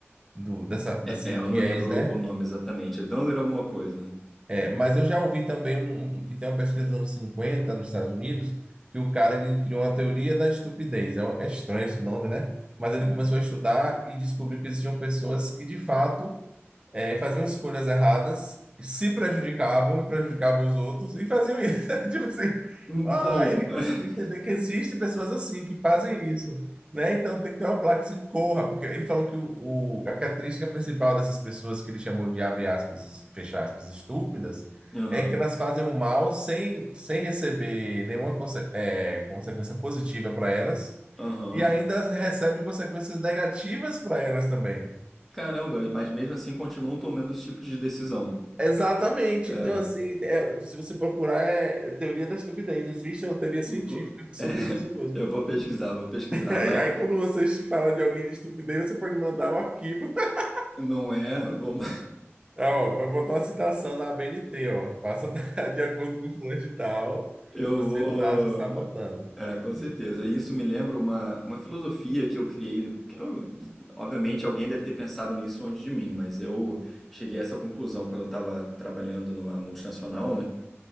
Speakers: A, on the right (about 25°); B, in the centre.
A: do dessa, desse
B: É, é,
A: viés,
B: eu não lembro
A: né?
B: o nome exatamente. É Dunler alguma coisa.
A: É, mas eu já ouvi também um, um- que tem uma pesquisa dos anos 50 nos Estados Unidos, que o cara ele criou uma teoria da estupidez. É, um- é estranho esse nome, né? Mas ele
B: Hum.
A: começou a estudar e descobriu que existiam pessoas que, de fato, é, faziam escolhas erradas, se prejudicavam e prejudicavam os outros e faziam isso. <laughs> Tipo assim, ah,
B: Bom.
A: ele
B: <laughs>
A: conseguiu entender que existe pessoas assim que fazem isso, né? Então tem que ter uma placa assim, corra, porque ele falou que o, o- a característica principal dessas pessoas que ele chamou de abre aspas, fecha aspas, estúpidas,
B: Aham,
A: é que elas fazem o mal sem, sem receber nenhuma conse- é, consequência positiva para elas.
B: aham.
A: E ainda recebem consequências negativas para elas também.
B: Caramba, mas mesmo assim continuam tomando esse tipo de decisão.
A: Exatamente.
B: É.
A: Então, assim, é- se você procurar, é é teoria da estupidez. Existe uma teoria científica
B: Vou-
A: sobre isso mesmo.
B: Eu vou pesquisar, vou pesquisar.
A: <laughs> Aí,
B: Mas
A: aí quando você fala de alguém de estupidez, você pode mandar o arquivo. <laughs>
B: Não é, vou, <laughs>
A: Ah, ó, vai botar uma citação na ABNT, ó. Passa <laughs> de acordo com o fulano de tal,
B: eu
A: você
B: vou.
A: tá se sabotando.
B: É, com certeza. E Isso me lembra uma, uma filosofia que eu criei. que eu- obviamente, alguém deve ter pensado nisso antes de mim, mas eu cheguei a essa conclusão quando eu estava trabalhando numa multinacional, né?